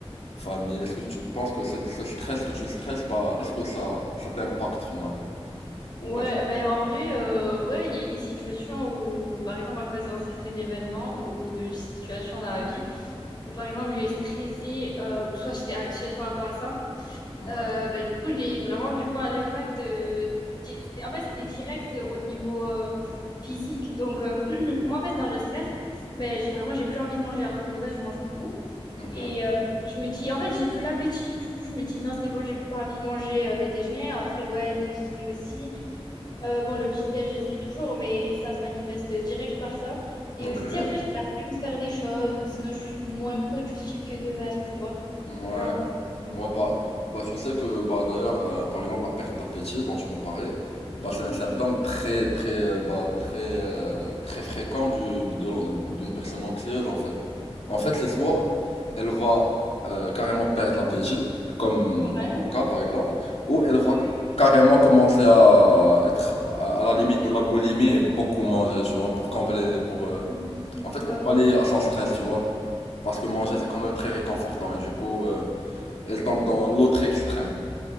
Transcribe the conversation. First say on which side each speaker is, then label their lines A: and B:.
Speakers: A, on the left; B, on the left.
A: famille,
B: mhm.
A: est-ce que tu penses que cette- ce stress que tu stresses, bah est-ce que ça ça t'impacte finalement ou
B: Ouais,
A: pas du tout?
B: ben en vrai, euh, ouais, il y a eu des situations où, par exemple, à cause d'un certain événement ou d'une situation dans la vie, où par exemple j'ai stressé euh, ou soit j'étais anxieuse par rapport à ça,
A: Ouais.
B: euh, ben, du coup j'ai vraiment pu voir l'impact. euh, di- c'était- en fait, c'était direct au niveau euh, physique. Donc, euh, <clears throat> moi en fait, quand je stresse, ben, j'ai vraiment j'ai plus envie de manger alors que de base je mange beaucoup.
A: Ok.
B: Et euh, je me dis, en fait, j'ai plus l'appétit. Du coup, je me dis, non, c'est bon, j'ai pas envie de manger euh, le déjeuner. Après, ouais, le dîner aussi. Euh, bon, le petit-déj, j'essaye toujours, mais ça se manifeste direct par ça. Et
A: Ok.
B: aussi, après, j'ai la flemme de faire des choses, ou sinon, je suis moins productive que de base, tu vois.
A: Ouais.
B: Genre, euh,
A: Ouais, bah, bah, tu sais que, bah, d'ailleurs, euh, par exemple, la perte d'appétit dont tu m'as parlé, bah, c'est un
B: mhm.
A: symptôme très, très, euh, bah, très, euh, très fréquent du, de- d'une personne anxieuse, en fait. En fait, c'est soit elle va euh, carrément perdre l'appétit, comme
B: ouais,
A: dans ton cas, par exemple, ou elle va
B: ouais.
A: carrément commencer à être à, à la
B: Pour
A: limite
B: manger.
A: de la boulimie et beaucoup manger, tu vois, pour combler, pour, euh,
B: Mhm,
A: en fait,
B: ouais,
A: pour pallier
B: ouais.
A: à son stress, tu vois. Parce que manger,
B: Ok,
A: c'est quand même très réconfortant, et du coup, euh, elle tombe
B: bon,
A: dans l'autre extrême.